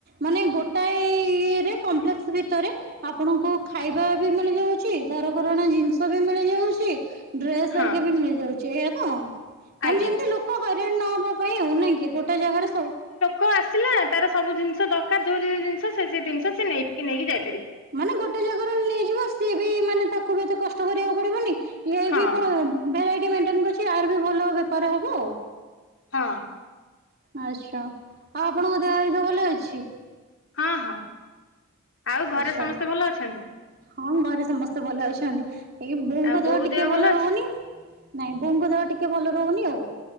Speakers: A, on the right (about 50°); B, on the left (about 65°).
A: ମାନେ ଗୋଟାଏ ଇଏରେ କମ୍ପ୍ଲେକ୍ସ ଭିତରେ ଆପଣଙ୍କୁ ଖାଇବା ବି ମିଳି ଯାଉଛି, ଘର ଘରଣା ଜିନିଷ ବି ମିଳି ଯାଉଛି ଡ୍ରେସ୍ ହରିକା
B: ହଁ।
A: ବି ମିଳିଯାଉଛି ଏଇଆ ତ, ମାନେ
B: ଆଜ୍ଞା।
A: ଯେମତି ଲୋକ ହଇରାଣ ନହବା ପାଇଁ ଆଉ ନାଇଁ କି, ଗୋଟେ ଜାଗାରେ ସବୁ
B: କୋ ଆସିଲା ତାର ସବୁ ଜିନିଷ ଦରକାର ଯୋଉ ଯୋଉ ଜିନିଷ ସେ ସେ ଜିନିଷ ସେ ନେଇକି ନେଇକି ଯାଇପାରିବ।
A: ମାନେ ଗୋଟେ ଜାଗାରୁ ନେଇଯିବ ସିଏ ବି ମାନେ ତାକୁ ବି ଏତେ କଷ୍ଟ କରିବାକୁ ପଡିବନି, ଇଏ
B: ହଁ
A: ବି କଣ ଭେରାଇଟି ମେଣ୍ଟେନ କରୁଛି, ଆର୍ ବି ଭଲ ବେପାର ହବ ଆଉ।
B: ହଁ।
A: ଆଚ୍ଛା, ଆଉ ଆପଣଙ୍କ ଦେହ ହେରୀକା ଭଲ ଅଛି?
B: ହଁ ହଁ ଆଉ ଘରେ
A: ଆଚ୍ଛା
B: ସମସ୍ତେ ଭଲ ଅଛନ୍ତି?
A: ହଁ ଘରେ ସମସ୍ତେ ଭଲ ଅଛନ୍ତି, ଏଇ ବୋଉଙ୍କ
B: ଆଉ
A: ଦେହ
B: ବୋଉ
A: ଟିକେ ଭଲ
B: ଅଛି?
A: ରହୁନି। ନାଇଁ ବୋଉଙ୍କ ଦେହ ଟିକେ ଭଲ ରହୁନି ଆଉ,